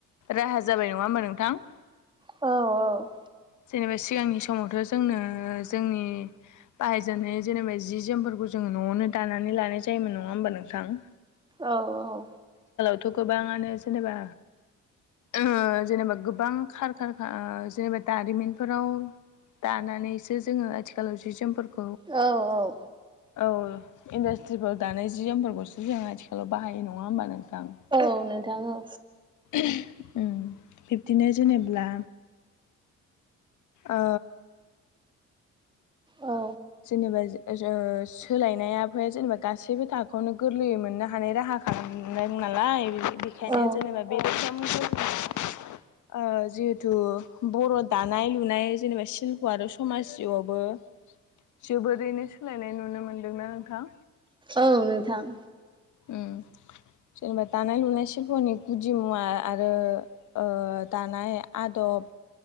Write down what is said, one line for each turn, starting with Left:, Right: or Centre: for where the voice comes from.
Left: राहा जाबाय नङा होमबा नोंथां?
Right: औ औ
Left: जेनेबा सिगांनि समावथ' जोंनो जोंनि बाहायजेननाय जेनेबा जि जोमफोरखौ जोङो न'आवनो दानानै लानाय जायोमोन नङा होमबा नोंथां?
Right: औ औ
Left: थ' गोबाङानो जेनेबा ओ जेनेबा गोबां खार ख जेनेबा दारिमिनफोराव दानानैसो जोङो आथिखालाव जि जोमफोरखौ
Right: औ औ
Left: औ इन्डास्ट्रिफोर दानाय जि जोमफोरखौसो जों आथिखालाव बाहायो नङा होमबा नोंथां?
Right: औ नोथां औ
Left: <unintelligible> उम बिब्दिनो जेनेब्ला ओ
Right: औ
Left: जेनेबा सोलायनाया फ जेनेबा गासैबो थाखोआवनो गोरलैयै मोननो हानाय राहा खालामदों नालाय बेखायनो
Right: औ
Left: जेनेबा बे रोखोम ओ जिहेथु बर' दानाय लुनाय जेनेबा सिशल्प' आरो समाज जिउआवबो जोबोरैनो सोलायनाय नुनो मोनदोंना नोंथां?
Right: औ नोंथां।
Left: उम जेनेबा दानाय लुनाय सिल्पनि गुदि मुवा आरो ओ दानाय आदब